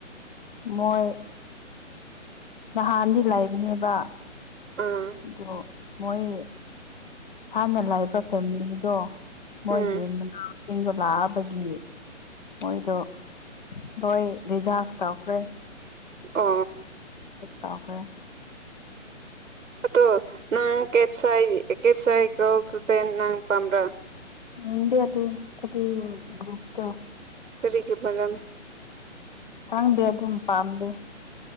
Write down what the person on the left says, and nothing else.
ꯃꯣꯏ ꯅꯍꯥꯟꯅꯤ ꯂꯥꯛꯕꯅꯦꯕ
ꯗꯣ ꯃꯣꯏ ꯍꯥꯟꯅ ꯂꯥꯛꯕ ꯐꯦꯃꯤꯂꯤꯗꯣ ꯃꯣꯏꯒꯤꯦ
ꯆꯤꯡꯗꯣ ꯂꯥꯛꯑꯕꯒꯤ ꯃꯣꯏꯗꯣ ꯂꯣꯏ ꯔꯤꯖꯥꯔꯚ ꯇꯧꯈ꯭ꯔꯦ
ꯞ ꯆꯥꯎꯈ꯭ꯔꯦ
ꯌꯦꯗꯤ ꯑ ꯑ ꯒ꯭ꯔꯨꯛꯇꯇꯣ
ꯈꯪꯗꯦ ꯑꯗꯨꯝ ꯄꯥꯝꯗꯦ